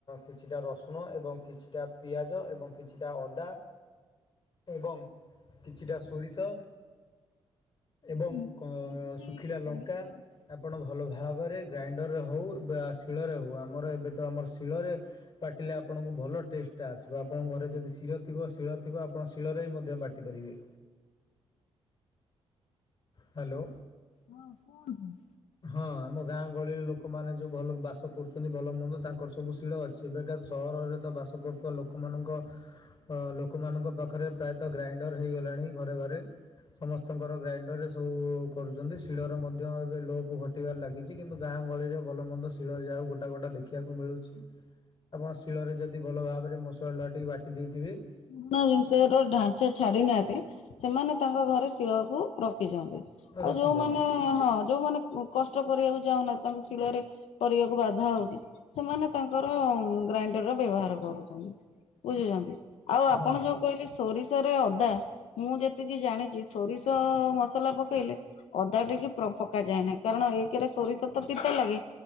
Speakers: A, on the left; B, on the left.
A: କିଛିଟା ରସୁଣ ଏବଂ କିଛିଟା ପିଆଜ ଏବଂ କିଛିଟା ଅଦା ଏବଂ କିଛିଟା ସୋରିଷ ଏବଂ
B: ମୁଁ
A: କ
B: ଶୁଣିଥିଲି
A: ଶୁଖିଲା
B: ସୋରିଷ
A: ଲଙ୍କା ଆପଣ ଭଲ ଭାବରେ ଗ୍ରାଇଣ୍ଡରରେ ହେଉ ବା ଶିଳରେ ହେଉ ଆମର ଏବେ ତ ଆମର ଶିଳରେ ବାଟିଲେ ଆପଣଙ୍କୁ ଭଲ ଟେଷ୍ଟଟା ଆସିବ ଆପଣଙ୍କ ଘରେ ଯଦି ଶିଳ ଥିବ ଶୀଳ ଥିବ ଆପଣ ଶିଳରେ ହି ମଧ୍ୟ ବାଟିବେ ଦି ପାରିବେ ହାଲୋ।
B: ହଁ କୁହନ୍ତୁ।
A: ହଁ ଆମ ଗାଁ ଗହଳିରେ ଲୋକ ଲୋକମାନେ ଯେଉଁ ଭଲ ବାସ କରୁଚନ୍ତି ଭଲ ମନ୍ଦ ତାଙ୍କର ସବୁ ଶିଳ ଅଛି ଏବେକା ସହରରେ ତ ବାସ କରୁଥିବା ଲୋକ ଲୋକମାନଙ୍କ ଅ ଲୋକମାନଙ୍କ ପାଖରେ ପ୍ରାୟତଃ ଗ୍ରାଇଣ୍ଡର ହେଇଗଲାଣି ଘରେ ଘରେ ସମସ୍ତଙ୍କର ଗ୍ରାଇଣ୍ଡର ରେ ସବୁ କରୁଚନ୍ତି ଶିଳର ମଧ୍ୟ ଏବେ ଲୋପ ସବୁ ଘଟିବାରେ ଲାଗିଚି କିନ୍ତୁ ଗାଁ ଗହଳିରେ ଭଲ ମନ୍ଦ ଶିଳ ଯାହାଉ ଗୋଟା ଗୋଟା ଦେଖିବାକୁ ମିଳୁଚି। ଆପଣ ଶିଳରେ ଯଦି ଭଲ ଭାବରେ ମସଲା ଟିକେ ବାଟି ଦେଇଥିବେ
B: ପୁରୁଣା ଜିନିଷ ର ଢାଞ୍ଚା ଛାଡି ନାହାନ୍ତି ସେମାନେ ତାଙ୍କ ଘରେ ଶିଳକୁ ରଖିଛନ୍ତି ଆଉ
A: ରଖିଛନ୍ତି
B: ଯୋଉମାନେ ହଁ ଯୋଉମାନେ କଷ୍ଟ କରିବାକୁ ଚାଁହୁନା ତାଙ୍କୁ ଶିଳରେ କରିବାକୁ ବାଧା ହଉଚି ସେମାନେ ତାଙ୍କର ଗ୍ରାଇଣ୍ଡର ର ବ୍ୟବହାର କରୁଚନ୍ତି ବୁଝୁଚନ୍ତି ଆଉ
A: ହଁ
B: ଆପଣ ଯୋଉ କହିଲେ ଶି ସୋରିଷରେ ଅଦା ମୁଁ ଯେତିକି ଜାଣିଚି ସୋରିଷ ମସଲା ପକେଇଲେ ଅଦା ଟିକେ ପ୍ର ପକା ଯାଏ ନାହିଁ କାରଣ ଏକରେ ସୋରିଷ ତ ପିତା ଲାଗେ